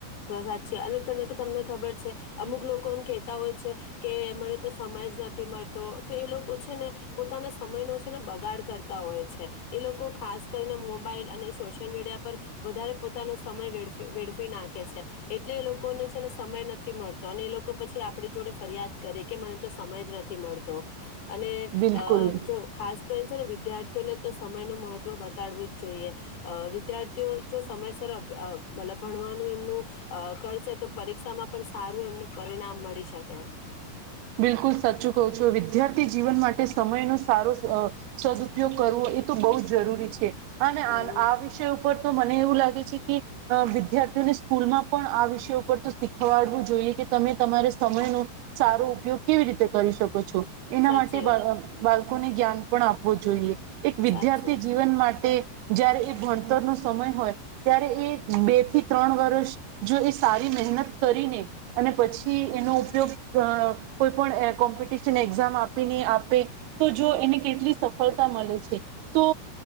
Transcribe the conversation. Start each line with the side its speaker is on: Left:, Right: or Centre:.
Left: બસ સાચી અને તને તો તમને ખબર છે અમુક લોકો એમ કેહેતા હોય છે કે મને તો સમાયજ નથી મળતો તો એ લોકો છે ને પોતાના સમય ન છે ને બગાડ કરતા હોય છે એ લોકો ખાસ કરીને મોબાઈલ અને સોશિયલ મીડિયા પર વધારે પોતાનો સમય વેડફી નાખે કે છે એટલે લોકોને છે ને સમય નથી મળતો અને એ લોક કો પછી આપણી જોડે ફરિયાદ કરે કે મને તો સમય જ નથી મળતો. અને
Right: બિલકુલ
Left: અ જો ખાસ કરીને છે ને વી દ્યાર્થીઓને તો સમયનું મહત્વ બતાડવું જ જોઈએ. અ વિદ્યાર્થીઓ જો સમયસર અભ મતલબ ભણવાનું એમનું અ કરશે તો પરીક્ષામાં પણ સારું એમને પરિણામ મળી શકે.
Right: બિલકુલ સાચું કહું છું વિદ્યાર્થી જીવન માટે સમયનો સારો અ સદઉપયોગ કરવો એ તો બહુ જ જરૂરી છે. અને
Left: હમ
Right: આન આ વિષય ઉપર તો મને એવું લાગે છે કે, અ વિદ્યાર્થીઓને સ્કૂલમાં પણ આ વિષય ઉપર તો શીખવાડવું જોઈએ કે તમે તમારે સમયનો સારો ઉપયોગ કેવી રીતે કરી શકો છો? એના
Left: સાચી
Right: માટે બા
Left: વાત
Right: બાળકોને જ્ઞાન પણ આપવો જોઈએ. એક વિદ્યાર્થી
Left: સાચું
Right: જીવન માટે જયારે એ ભણતરનો સમય હોય, ત્યારે એ બે થી ત્રણ વર્ષ જો એ સારી મહેનત કરીને, અને પછી એનો ઉપયોગ અ કોઈ પણ એ કોમ્પિટિશન એક્ઝામ આપીને આપે, તો જો એને કેટલી સફલતા મલે છે, તો